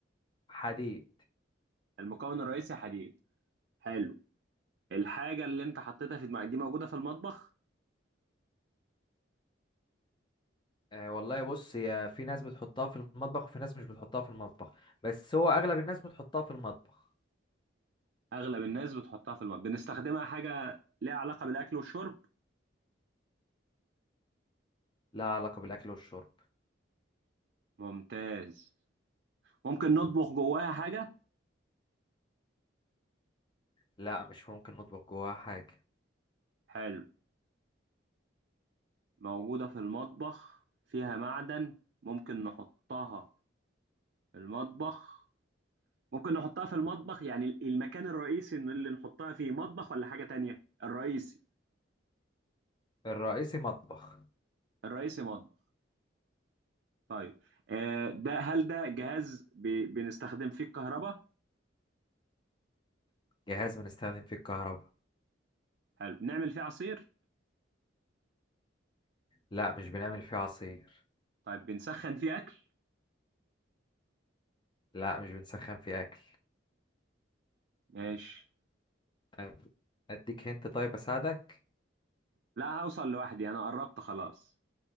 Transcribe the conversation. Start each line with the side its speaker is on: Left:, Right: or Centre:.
Left: حديد
Right: المكون الرئيسي حديد حلو الحاجة اللي انت حطيتها في دماغك دي موجودة في المطبخ
Left: آه والله بص هي في ناس بتحطها في المطبخ وفي ناس مش بتحطها في المطبخ بس هو اغلب الناس بتحطها في المطبخ
Right: أغلب الناس بتحطها في المطبخ بنستخدمها حاجة ليها علاقة بالأكل والشرب
Left: لا علاقة بالاكل والشرب
Right: ممتاز ممكن نطبخ جواها حاجة
Left: لا مش ممكن نطبخ جواها حاجة
Right: حلو موجودة في المطبخ فيها معدن ممكن نحطها في المطبخ ممكن نحطها في المطبخ يعني المكان الرئيسي إن اللي نحطها فيه مطبخ ولا حاجة تانية الرئيسي
Left: الرئيسي مطبخ
Right: الرئيسي مطبخ طيب آه ده هل ده جهاز ب- بنستخدم فيه الكهرباء
Left: جهاز بنستخدم فيه الكهرباء
Right: حلو نعمل فيه عصير
Left: لا مش بنعمل فيه عصير
Right: طيب بنسخن فيه أكل
Left: لا مش بنسخن فيه اكل
Right: ماشي
Left: أد- اديك هنت طيب اساعدك
Right: لا هوصل لوحدي أنا قربت خلاص